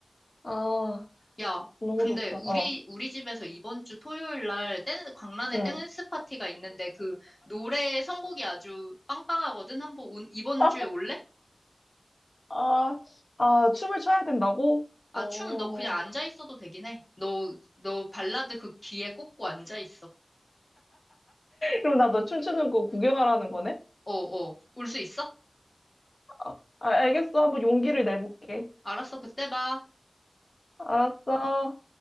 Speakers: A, on the left; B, on the left.
A: 아,
B: 야,
A: 너무
B: 근데
A: 좋다.
B: 우리
A: 어,
B: 우리 집에서 이번 주 토요일 날 댄스, 광란의
A: 응.
B: 댄스 파티가 있는데 그 노래 선곡이 아주 빵빵하거든. 한번 온- 이번
A: <laughs>
B: 주에 올래?
A: 아, 아, 춤을 춰야 된다고?
B: 아,
A: 어.
B: 춤 너 그냥 앉아 있어도 되긴 해. 너 너 발라드 그 귀에 꽂고 앉아 있어.
A: 그럼 나 너 춤추는 거 구경하라는 거네?
B: 어, 어. 올 수 있어?
A: 아, 아, 알겠어. 한번 용기를 내볼게.
B: 알았어. 그때 봐.
A: 알았어.